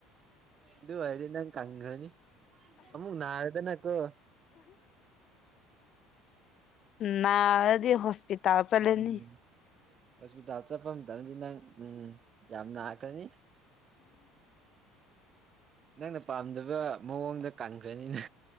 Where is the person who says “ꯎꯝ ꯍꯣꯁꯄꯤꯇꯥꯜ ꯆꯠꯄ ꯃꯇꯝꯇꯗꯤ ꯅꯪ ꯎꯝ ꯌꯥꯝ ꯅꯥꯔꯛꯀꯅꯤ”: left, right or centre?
Right